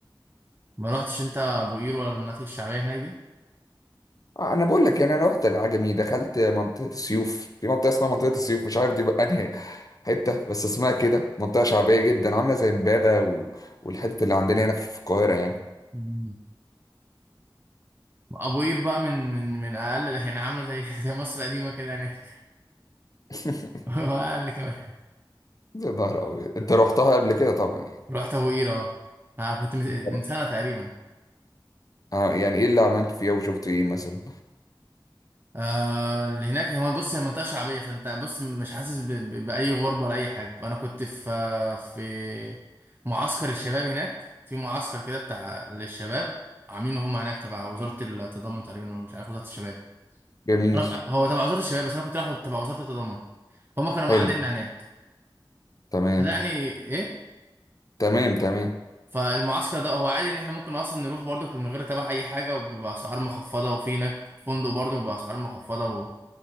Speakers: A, on the right; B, on the left.
A: ما رحتش انت ابو قير ولا المناطق الشعبيه هناك دي
B: آه، انا بقول لك يعني انا رحت العجمي دخلت منطقة السيوف في منطقة اسمها منطقة السيوف مش عارف دي بقى انهي حتة بس اسمها كده منطقة شعبية جدا عاملة زي امبابة و... والحتة اللي عندنا هنا في القاهرة يعني
A: أمم. ابو قير بقى من من من اقل يعني عامله زي <laughs> زي مصر القديمه كده هناك
B: <laughs>
A: <laughs> واقل كمان
B: يا نهار أبيض أنت رحتها قبل كده طبعا يعني
A: رحت ابو قير اه آه، كنت من
B: طب
A: من سنه تقريبا
B: آه يعني إيه اللي عملت فيها وشفت إيه مثلا
A: آه اللي هناك هو بص هي منطقة شعبية فانت بص مش حاسس ب... ب... بأي غربة ولا أي حاجة فأنا كنت في آه، في معسكر الشباب هناك في معسكر كده بتاع للشباب عاملينه هم هناك تبع وزارة التضامن تقريبا ولا مش عارف وزارة الشباب
B: جميل
A: أنا... هو تبع وزارة الشباب بس أنا كنت رايح تبع وزارة التضامن هم كانوا
B: حلو
A: مقعديننا هناك
B: تمام
A: فده يعني إيه
B: تمام تمام
A: فالمعسكر ده هو عادي إن إحنا ممكن أصلا نروح برضك من غير تبع أي حاجة وبأسعار مخفضة وفي هناك فندق برضك بأسعار مخفضة